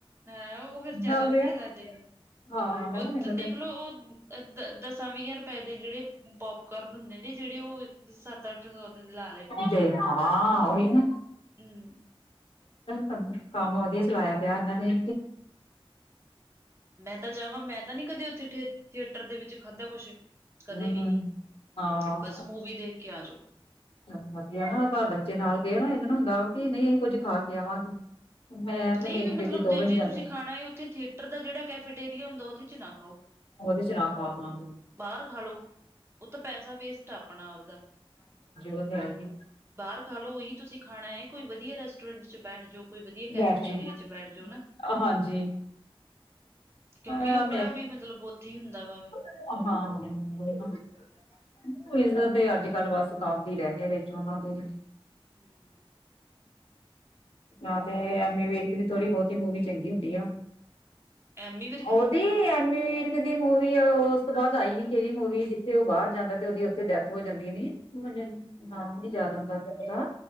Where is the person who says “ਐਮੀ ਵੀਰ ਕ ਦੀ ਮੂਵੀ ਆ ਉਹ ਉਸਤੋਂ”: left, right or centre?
Left